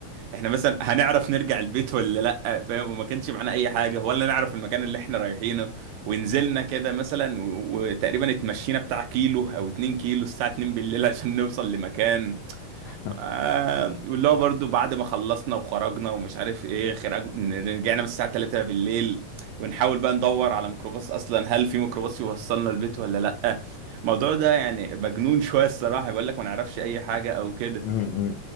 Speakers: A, on the right (about 80°); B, on the left (about 85°).
A: احنا مثلا هنعرف نرجع البيت ولا لا فاهم وما كانش معانا اي حاجة ولا نعرف المكان اللي احنا رايحينه ونزلنا كده مثلا و- وتقريبا اتمشينا بتاع كيلو او اتنين كيلو الساعة اتنين بالليل عشان نوصل لمكان
B: <laughs>
A: آه واللي هو برضه بعد ما خلصنا وخرجنا ومش عارف ايه خرج رجعنا من الساعة 3 بالليل ونحاول بقى ندور على ميكروباص اصلا هل في ميكروباص يوصلنا البيت ولا لأ الموضوع ده يعني مجنون <laughs> شوية الصراحة بيقول لك ما نعرفش اي حاجة او كده
B: أمم، أمم.